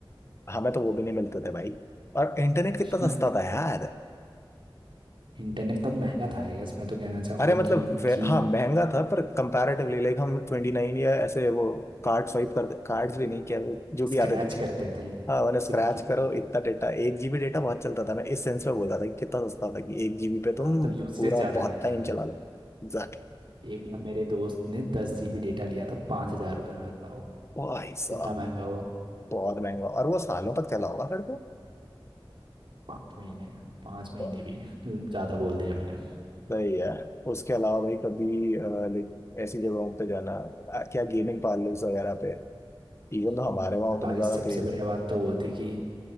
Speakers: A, on the left; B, on the right.
A: हमें तो वो भी नहीं मिलते थे भाई और इंटरनेट कितना
B: <laughs>
A: सस्ता था यार
B: इंटरनेट तब महंगा था आई गेस मैं तो कहना चाहूंगा
A: अरे मतलब
B: क्योंकि
A: वे- हाँ महंगा था पर कंपैरेटिवली लाइक हम ट्वेंटी नाइन या ऐसे वो कार्ड स्वाइप कर कार्ड्स भी नहीं किया जो
B: स्क्रैच
A: भी आते थे ठीक
B: करते थे हम
A: हाँ मैंने स्क्रैच
B: सिक्के
A: करो इतना डेटा एक जीबी डेटा बहुत चलता था मैं इस सेंस में बोल रहा था कि कितना सस्ता था कि एक जीबी पे
B: हाँ
A: तुम
B: तब यूसेज
A: पूरा
B: ज़्यादा
A: बहुत
B: नहीं
A: टाइम
B: था हाँ
A: चला लो एग्जैक्टली
B: एक बार मेरे दोस्त ने दस जीबी डेटा लिया था पाँच हज़ार रुपये में बताओ
A: भाई साहब
B: कितना महंगा हुआ
A: बहुत महंगा और वो सालों तक चला होगा फिर तो
B: पाँच महीने पाँच महीने
A: तो
B: भी ज़्यादा बोल दिया मैंने
A: सही है उसके अलावा भाई कभी लाइक ऐसी जगहों पे जाना अ, क्या गेमिंग पार्लर्स वगैरह पे इवन
B: हम्म,
A: तो हमारे वहाँ
B: अब
A: उतने
B: भाई
A: ज्यादा
B: सबसे
A: थे नहीं
B: बढ़िया बात तो वो थी कि